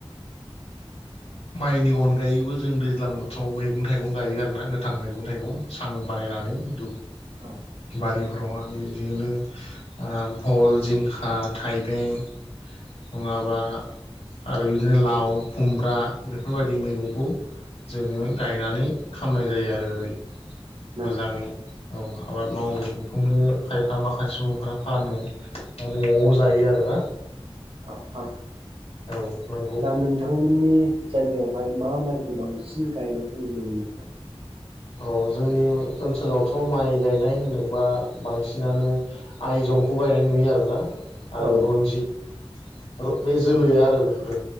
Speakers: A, on the right; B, on the left.
A: <inaudible>
B: माइनि अनगायैबो जों दैज्लां बोथोराव मैगं थाइगं गायो आरोना गोथां मैगं थाइगं सां बानायना <unintelligible>
A: औ
B: बर'आ बिदिनो ओ फल जिंखा थाइबें नङाबा आरो बिदिनो लाव खुमब्रा बेफोरबायदि मैगंखौ जोङो गायनानै खामनाय जायो आरो ओरै
A: नंगौ
B: मोजाङै
A: नंगौ
B: औ आबाद मावो बेखौनो खायफा माखासे सुबुंफ्रा फानो न'आव जायो आरोना
A: अ अ
B: औ नंगौ
A: दा नोंथांमोननि जायगायावहाय मा माइ बांसिन गायनायखौ नुनो मोनो नोंथां?
B: औ जोंनि ओनसोलावथ' माइ गायनाय होनोबा बांसिनानो आइजं खौ गायनाय नुयो आरोना
A: औ
B: आरो रनजित र बे जोलैआ आरो बेफोरो